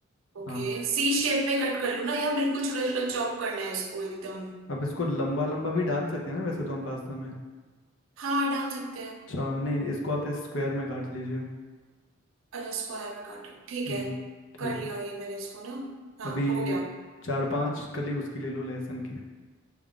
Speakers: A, on the right; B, on the left.
A: ओके
B: हाँ
A: सी शेप में कट कर लूँ ना या बिल्कुल छोटा छोटा चॉप करना है इसको एकदम
B: अब इसको लंबा लंबा भी डाल सकते हैं ना वैसे तो हम पास्ता में
A: हाँ डाल सकते हैं
B: अच्छा नहीं इसको आप स्क्वायर में काट लीजिए
A: अच्छा स्क्वायर में काटे ठीक
B: हम्म
A: है
B: ठीक
A: कर लिया
B: है
A: ये मैंने इसको ना हाँ
B: अभी
A: हो गया
B: चार पांच कली उसकी ले लो लहसुन की